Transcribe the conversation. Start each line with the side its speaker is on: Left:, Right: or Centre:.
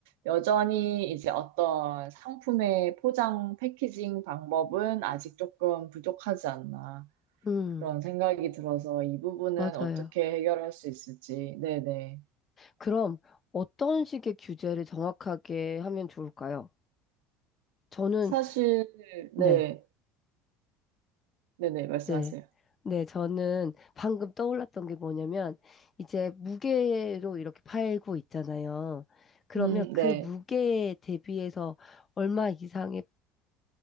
Right: 여전히 이제 어떤 상품의 포장, 패키징 방법은 아직 조금 부족하지 않나
Left: 음,
Right: 그런 생각이 들어서 이 부분은
Left: 맞아요.
Right: 어떻게 해결할 수 있을지. 네네.
Left: 그럼 어떤 식의 규제를 정확하게 하면 좋을까요? 저는,
Right: 사실, 네.
Left: 네.
Right: 네네. 말씀하세요.
Left: 네. 네, 저는 방금 떠올랐던 게 뭐냐면, 이제 무게로 이렇게 팔고 있잖아요. 그러면
Right: 음,
Left: 그
Right: 네.
Left: 무게에 대비해서 얼마 이상의